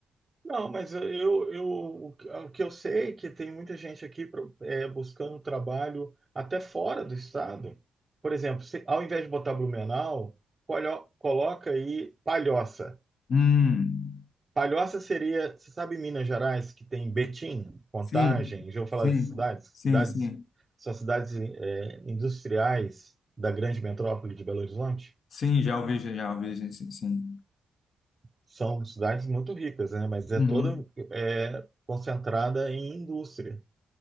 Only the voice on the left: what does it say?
Hum,
sim,
sim,
sim,
sim,
sim, já ouvi, já ouvi, sim, sim. sim.
Uhum.